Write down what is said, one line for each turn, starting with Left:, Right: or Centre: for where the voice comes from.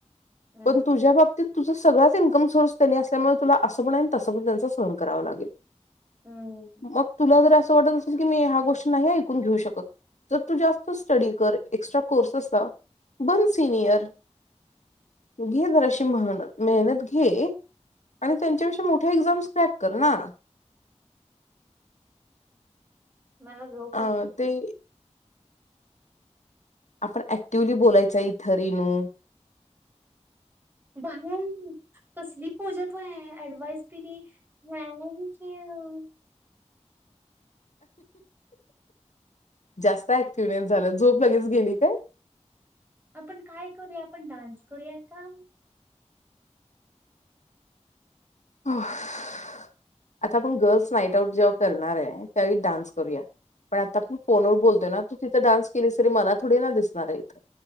Right: हम्म.
Left: पण तुझ्या बाबतीत तुझा सगळाच इनकम सोर्स त्यांनी, त्यामुळे तुला असं पण आहे, तसं पण त्यांच सहन करावं, लागेल
Right: हम्म.
Left: मग तुला जर असं वाटत असेल ह्या गोष्ट नाही ऐकून घेऊ शकत, जर तू जास्त स्टडी कर एक्स्ट्रा कोर्स लाव- बनं सीनियर घे जराशी महनत मेहनत घे आणि त्यांच्याविषयी मोठे एक्झाम्स क्रॅक कर ना. <unintelligible>
Right: मला झोप
Left: अ,
Right: आली
Left: ते आपण ऍक्टिवली बोलायचं इथं रीनू
Right: भाई, कसली पूजा तू आहे, ऍडवाइस दिली थँक्ऊ,
Left: जास्त ऍक्टिव्हनेस झाल्यास झोप लगेच गेली काय?
Right: आपण काय करूया. आपण डान्स करूया का?
Left: हफ <inaudible> आता आपण गर्ल्स नाईट आउट जेव्हा करणार आ, त्यावेळी डान्स करूया. पण आता आपण फोनवर बोलतोय ना तू तिथं डान्स केली तरी मला थोडी ना दिसणार आहे इथं